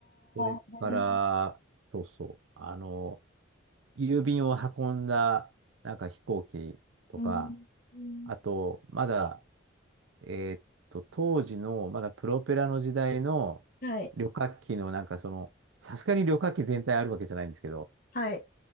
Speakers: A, on the right (about 75°); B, on the left (about 45°).
A: それから、
B: あ、えー、
A: そうそう、あの、郵便を運んだ、なんか飛行機とか、
B: うん、うん
A: あと、まだ、えーっと、当時の、まだプロペラの時代の
B: はい、
A: 旅客機の、なんかその、さすがに旅客機全体あるわけじゃないんですけど、
B: はい、